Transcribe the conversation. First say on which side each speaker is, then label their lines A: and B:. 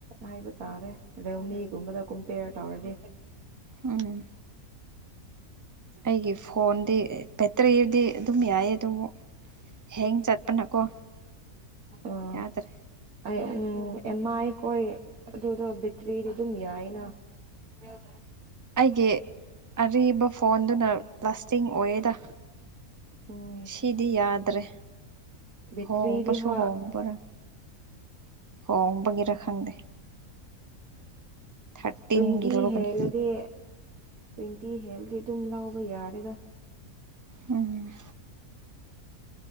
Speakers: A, on the right; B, on the right.
A: ꯍꯥꯏꯕ ꯇꯥꯔꯦ ꯑꯗꯣ ꯃꯤꯒꯨꯝꯕꯗ ꯀꯝꯄꯦꯌꯔ ꯇꯧꯔꯗꯤ
B: ꯎꯝ ꯑꯩꯒꯤꯦ ꯐꯣꯟꯗꯤ ꯕꯦꯇ꯭ꯔꯤꯗꯤ ꯑꯗꯨꯝ ꯌꯥꯏꯌꯦ ꯑꯗꯨꯕꯨ ꯍꯦꯡ ꯆꯠꯄꯅꯀꯣ
A: ꯑ
B: ꯌꯥꯗ꯭ꯔꯦ
A: ꯎꯝ ꯑꯦꯝꯃꯥꯏꯈꯣꯏ ꯑꯗꯨꯗꯣ ꯕꯦꯇ꯭ꯔꯤꯗꯤ ꯑꯗꯨꯝ ꯌꯥꯏꯅ ꯍ
B: ꯑꯩꯒꯤ ꯑꯔꯤꯕ ꯐꯣꯟꯗꯨꯅ ꯂꯥꯁꯇꯤꯡ ꯑꯣꯏꯌꯦꯗ
A: ꯎꯝ
B: ꯁꯤꯗꯤ ꯌꯥꯗ꯭ꯔꯦ
A: ꯕꯦꯇ꯭ꯔꯤꯗꯤ
B: ꯍꯣꯡꯕꯁꯨ
A: ꯍꯣꯏ
B: ꯍꯣꯡꯕꯔꯥ ꯍꯣꯡꯕꯒꯤꯔ ꯈꯪꯗꯦ ꯊꯥꯔꯇꯤꯟꯒꯤ
A: ꯇ ꯏꯇꯤ
B: ꯂꯧꯕꯅꯤ
A: ꯍꯦ ꯂꯗꯤꯦ ꯇ꯭ꯋꯦꯟꯇꯤ ꯍꯦꯜꯗꯤ ꯑꯗꯨꯝ ꯂꯥꯎꯕ ꯌꯥꯔꯦꯒ
B: ꯎꯝ